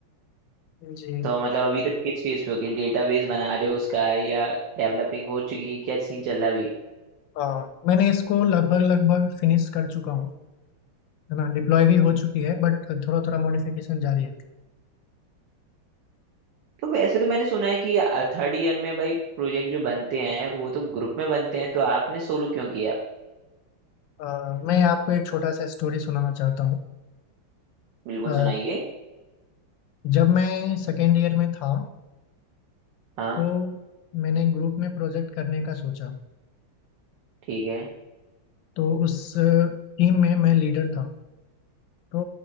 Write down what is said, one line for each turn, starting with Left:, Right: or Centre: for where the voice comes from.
Left: जी
Right: तो मतलब अभी तक किस फेज पे हो कि डेटाबेस बना रहे हो उसका या डेवलपिंग हो चुकी है क्या सीन चल रहा है अभी
Left: आ, मैंने इसको लगभग लगभग फिनिश कर चुका हूँ है ना डिप्लॉय भी हो चुकी है बट थोड़ा थोड़ा मॉडिफिकेशन जारी है
Right: तो वैसे तो मैंने सुना है कि थर्ड ईयर में भाई प्रोजेक्ट जो बनते हैं वो तो ग्रुप में बनते हैं तो आपने सोलो क्यों किया
Left: अ, मैं आपको एक छोटा सा स्टोरी सुनाना चाहता हूँ
Right: बिल्कुल
Left: अ,
Right: सुनाइए
Left: जब मैं सेकेंड ईयर में था
Right: हाँ
Left: तो मैंने ग्रुप में प्रोजेक्ट करने का सोचा
Right: ठीक है
Left: तो उस टीम में मैं लीडर था तो